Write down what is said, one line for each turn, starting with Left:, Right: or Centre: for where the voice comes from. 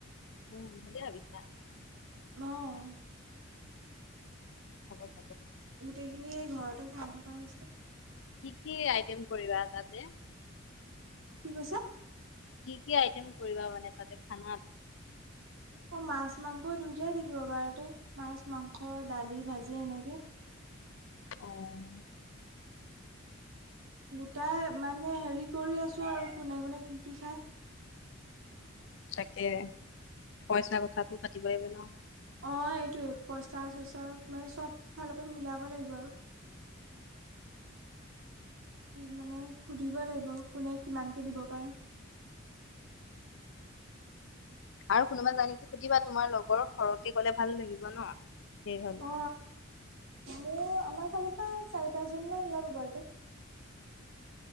Left: উম, ভালেই ভাবিছা।
Right: অ'।
Left: হ'ব।
Right: গোটেইখিনিয়ে ঘৰতে সোমাই থকা হৈছে।
Left: কি কি আইটেম কৰিবা তাতে?
Right: কি কৈছা?
Left: কি কি আইটেম কৰিবা মানে তাতে খানাত?
Right: অ মাছ, মাংস দুয়োটাই থাকিব বাৰুতে মাছ, মাংস, দালি, ভাজি এনেকে। <inaudible>
Left: অহ।
Right: গোটাই মানে হেৰি কৰি আছো আৰু কোনে কোনে কি কি খায়?
Left: তাকে পইচা কথাতটো পাতিবা লাগিব ন।
Right: অ এইটোয়ে পইচা-চইচা মানে চব ফালৰ পৰা মিলাব লাগিব আৰু। মানে সুধিব লাগিব, কোনে কিমানকে দিব পাৰে।
Left: আৰু কোনোবা যাই নেকি সুধিবা তোমাৰ লগৰ, সৰহকে গলে ভাল লাগিব ন। সেই হ'লে।
Right: অ মোৰ আমাৰ ফালৰ পৰা চাৰি - পাঁচজন মান <unintelligible>